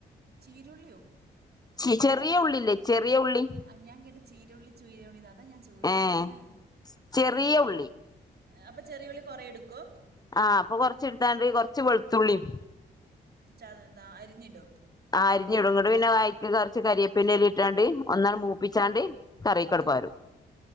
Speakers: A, on the right; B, on the left.
A: ചീരുള്ളിയോ
B: ചെ ചെറിയ ഉള്ളിയില്ലേ ചെറിയ ഉള്ളി
A: ആ, ഞാൻ കേട്ട ചീരുള്ളി ചീര ഉള്ളി അതാ ഞാൻ ചോദിക്കാൻ
B: ഏഹ് ചെറിയ ഉള്ളി
A: അപ്പൊ ചെറിയുള്ളി കൊറേ എടുക്കോ
B: ആഹ് അപ്പൊ കൊറച്ച് എടുത്താണ്ട് കൊറച്ച് വെളുത്തുള്ളിയും
A: ച്ചത എന്താ അരിഞ്ഞിടും
B: അരിഞ്ഞിടും എന്നിട്ട് പിന്നെ വയറ്റി കുറച്ച് കരിയാപ്പില ഇട്ടാണ്ട് ഒന്നാള് മൂപ്പിച്ചാണ്ട് കറിക്കട്
A: ഉം
B: പാരും